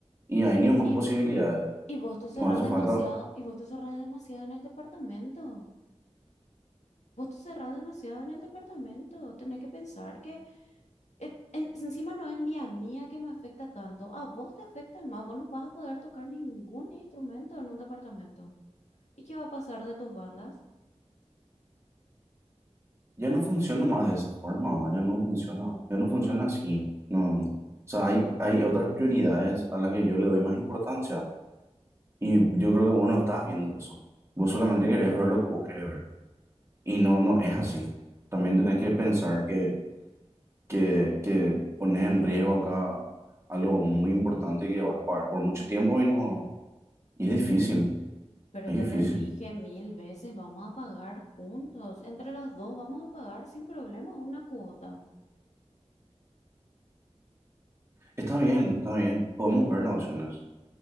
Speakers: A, on the right (about 25°); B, on the left (about 85°).
A: y hay ni más
B: y,
A: posibilidades.
B: y vos te cerrás
A: No hace
B: demasiado,
A: falta.
B: y vos te cerrás demasiado en el departamento. Vos te cerrás demasiado en el departamento. Tenés que pensar que eh, en- encima no es ni a mí a que me afecta tanto. A vos te afecta más. Vos no vas a poder tocar ningún instrumento en un departamento. ¿Y qué va a pasar de tus bandas?
A: Yo no funciona más de esa forma, yo no funciona yo no funciona así. No. O sea, hay, hay otras prioridades a las que yo le doy más importancia y yo creo que vos no estás viendo eso. Vos solamente querés ver lo que vos querés ver y no, no es así. También tenés que pensar que, que, que pones en riesgo acá algo muy importante que vas a pagar por mucho tiempo y no, y es difícil,
B: Pero
A: es
B: ya
A: difícil.
B: te dije mil veces, vamos a pagar juntos. Entre los dos vamos a pagar sin problema una cuota.
A: Está bien, está bien, podemos ver las opciones.